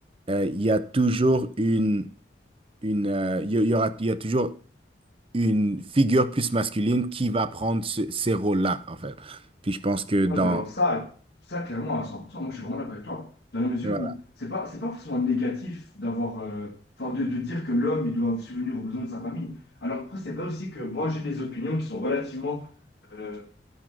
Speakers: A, on the right; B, on the left.
A: euh, il y a toujours une, une euh, il y, il y aura, il y a toujours une figure plus masculine qui va prendre ce- ces rôles-là, en fait. Puis je pense que
B: Ah,
A: dans...
B: mais alors ça, ça clairement à 100%, moi je suis vraiment d'accord avec toi. Dans la mesure
A: Voilà,
B: où c'est pas, c'est pas forcément négatif d'avoir, euh, enfin de, de dire que l'homme il doit subvenir aux besoins de sa famille. Alors après c'est vrai aussi que moi j'ai des opinions qui sont relativement euh,